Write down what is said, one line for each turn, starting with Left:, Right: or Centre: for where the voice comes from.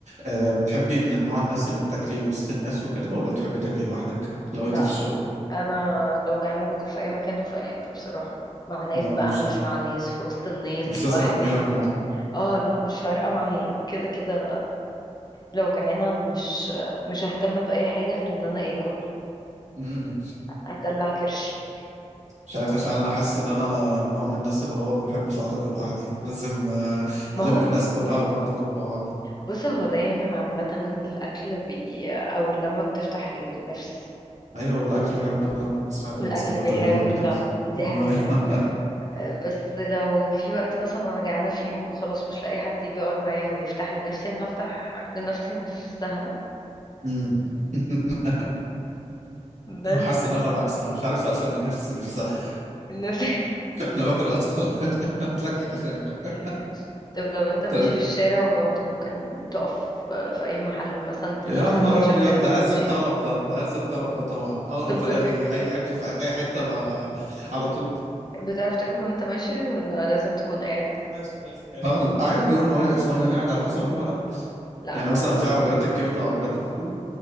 Right: آه، بتحبي من النوع الناس اللي بتاكلي وسط الناس وكده ولا بتحبي تاكلي لوحدك لو
Left: لا
Right: انت في الشغل
Left: انا لو جعانه باكل في اي مكان وفي اي حته بصراحه مع ناس
Right: هو
Left: بقى
Right: مش
Left: مش مع ناس في وسط الناس
Right: مش
Left: لوحدي
Right: لازم يبقى في مجموعة
Left: اه لا مش فارقه معايا كده كده لو جعانه مش مش ههتم باي حاجه غير ان انا اكل
Right: مم.
Left: ادلع كرشي
Right: مش عارف عشان انا حاسس ان انا من نوع من الناس اللي هو ما بحبش اقعد اكل لوحدي <laughs> لازم آه،
Left: <laughs> ما
Right: الم
Left: هو
Right: الناس كلها ونقعد ناكل مع بعض
Left: بص هو دايما عامة الأكل بي أو اللمة بتفتح النفس
Right: ايوه والاكل بيحب اللمه سمعت المثل
Left: والأكل
Right: ده
Left: بيحب
Right: تقريبا قبل
Left: اللمة
Right: كده
Left: دي
Right: أيوة.
Left: حقيقة أه، بس لو في وقت مثلا أنا جعانة في يوم وخلاص مش لاقي حد يجي يقعد معايا ويفتح لي نفسي أنا هفتح لنفسي نفسها
Right: أمم. <laughs>
Left: بس
Right: انا حاسس ان انا العكس انا مش عارف اقفل لنفسي نفسها <laughs>
Left: نفسي
Right: انا باكل أط- <laughs> اتلكك عشان اكل
Left: <laughs> طب لو أنت ماشي
Right: طيب
Left: في الشارع وجعت ممكن تقف في أي محل مثلا تجيب
Right: يا
Left: سندوتش
Right: نهار ابيض
Left: وتاكله
Right: ده
Left: وتمشي
Right: عز الطلب ده ده عز الطلب ده طبعا اول
Left: طب
Right: ما بلاقي اي اكل في اي حته ب- على طول
Left: بتعرف تاكل وأنت ماشي ولا لازم تكون قاعد؟
Right: ماشي ماشي اه لا، عادي وانا واقف وانا قاعد على حسب نوع الاكل
Left: لا
Right: يعني
Left: أنا
Right: مثلا في عربيات الكبده وعربيات الفول